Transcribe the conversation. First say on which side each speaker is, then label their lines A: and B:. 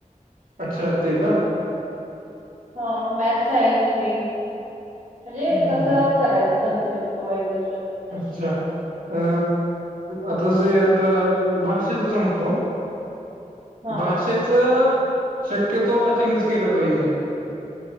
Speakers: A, on the right; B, on the right.
A: अच्छा ते का?
B: हा मॅथ्स, सायन्स मेन म्हणजे
A: हम्म,
B: कसं करायचं कन्सेप्ट? तयारी कसं
A: अच्छा अ आता जे आता भाषेच सांगतो.
B: हा
A: भाषेच शक्यतो वाचनच केलं पाहिजे.